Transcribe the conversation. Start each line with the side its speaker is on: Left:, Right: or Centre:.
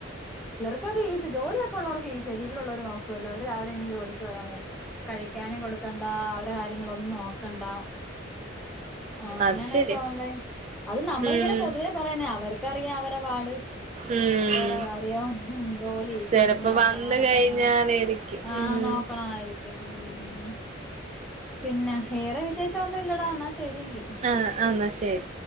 Centre: ക്കെതീസി ജോലിയൊക്കെ ഒള്ളോർക്ക് ഈസീ വീ ക്കുവല്ലോ അവര് രാവിലെ എണീറ്റ് ജോലിക്ക് പോയാ മതി കഴിക്കാനും കൊടുക്കണ്ട അവരെ കാര്യങ്ങളൊന്നും നോക്കണ്ട ആഹ്
Right: അത്
Centre: അങ്ങനെയൊക്കെ
Right: ശരിയാ
Centre: ഒണ്ടേ അത് നമ്മളിങ്ങനെ
Right: ഉം
Centre: പൊതുവേ പറയുന്ന അവർക്കറിയാം അവരെ പാട്
Right: ഉം
Centre: അത്‌വേറെ കാര്യം ജോലി
Right: ചെലപ്പോ
Centre: കുഞ്ഞിനെ നോക്കണം
Right: വന്ന്
Centre: അതൊക്കെ
Right: കഴിഞ്ഞാലേരിക്കും
Centre: ആഹ് ആഹ്
Right: ഉം
Centre: നോക്കണായിരിക്കും ഉം ഉം പിന്നെ ഏറെ വിശേഷം ഒന്നും ഇല്ലെടാ എന്നാ ശരിയെങ്കി
Right: ആഹ് ആഹ് എന്നാ ശരി